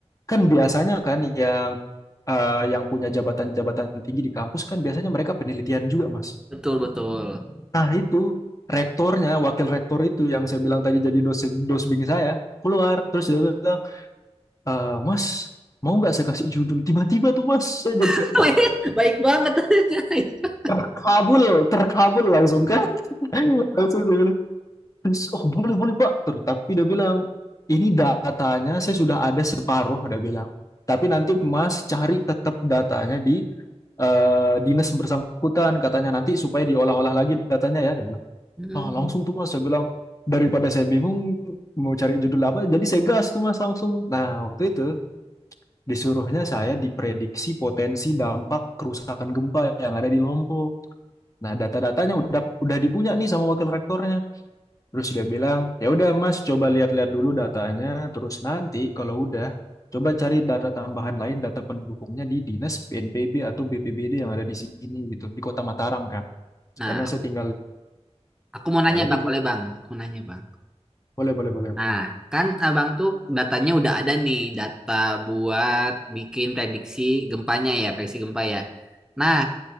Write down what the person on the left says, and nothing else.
Kan biasanya kan yang eh, yang punya jabatan-jabatan tinggi di kampus kan biasanya mereka penelitian juga, Mas.
Nah, itu rektornya, wakil rektor itu yang saya bilang tadi jadi dosen dosbing saya keluar terus dia bilang, "Eh, Mas, mau nggak saya kasih judul?" Tiba-tiba tuh Mas, saya jadi
kayak, "Wah,
terkabul, terkabul langsung kan." <laughs> Langsung dia bilang, "Terus, "Oh, boleh, boleh, Pak." Terus, tapi dia bilang, "Ini datanya saya sudah ada separuh," dia bilang. Tapi nanti Mas cari tetap datanya di eh, dinas bersangkutan katanya nanti supaya diolah-olah lagi datanya ya dia bilang
ah langsung tuh mas saya bilang daripada saya bingung mau cari judul apa jadi saya gas tuh mas langsung nah waktu itu disuruhnya saya diprediksi potensi dampak kerusakan gempa yang ada di Lombok nah data-datanya udah udah dipunya nih sama wakil rektornya Terus dia bilang, ya udah Mas, coba lihat-lihat dulu datanya. Terus nanti kalau udah, coba cari data tambahan lain, data pendukungnya di dinas PNPB atau BPBD yang ada di sini gitu, di Kota Mataram kan.
Karena
saya tinggal.
Nah, jadi
kayak
boleh, boleh, boleh.